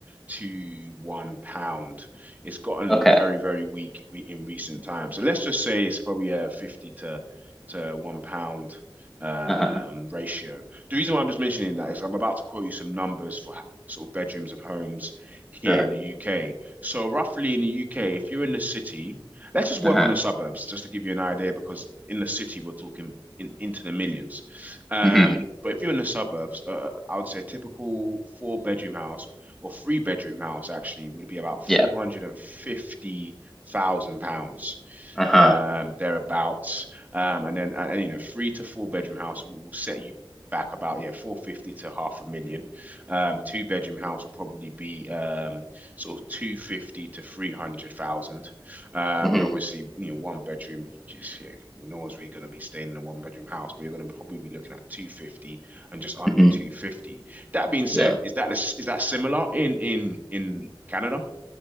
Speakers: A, on the right; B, in the centre.
A: to one pound. It's gotten
B: Okay.
A: very, very weak in recent times. So let's just say it's probably a 50 to to one pound um,
B: Uh-huh.
A: ratio. The reason why I'm just mentioning that is I'm about to quote you some numbers for sort of bedrooms of homes here
B: Sure.
A: in the UK. So roughly in the UK, if you're in the city, let's just work
B: Uh-huh.
A: on the suburbs just to give you an idea because in the city we're talking in, into the millions. Um,
B: hmm
A: but if you're in the suburbs, uh, I would say a typical four bedroom house or three bedroom house actually would be about 450,000
B: Yeah.
A: pounds
B: Uh-huh.
A: um, thereabouts. Um, and then, and, and, you know, three to four bedroom house will, will set you back about, yeah, 450 to half a million. Um, two bedroom house will probably be um, sort of 250 to 300,000. Um,
B: hmm
A: and obviously, you know, one bedroom, just yeah, well, no one's really going to be staying in a one bedroom house, but you're going to probably be looking at 250 and just under
B: hmm
A: 250. That being said,
B: Yeah.
A: is that is that similar in in in Canada?